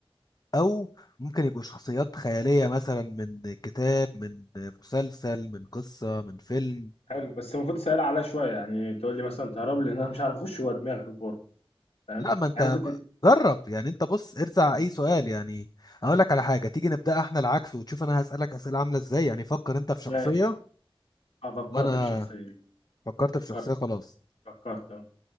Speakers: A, on the left (about 40°); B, on the left (about 80°).
A: أو ممكن يبقوا شخصيات خيالية مثلا من كتاب من مسلسل من قصة من فيلم
B: حلو بس المفروض تسأل عليها شوية يعني تقول لي مثلا تهرب لي إن أنا مش عارف أخش جوه دماغك برضه فاهم
A: لا ما انت
B: يعني ممكن تت...
A: جرب يعني انت بص ارزع
B: ماشي
A: اي سؤال يعني اقول لك على حاجه تيجي نبدا احنا العكس وتشوف انا هسالك اسئله عامله ازاي يعني فكر انت في شخصيه
B: ماشي أه فكرت
A: وانا
B: في شخصية
A: فكرت
B: فكرت
A: في شخصيه خلاص
B: فكرت أه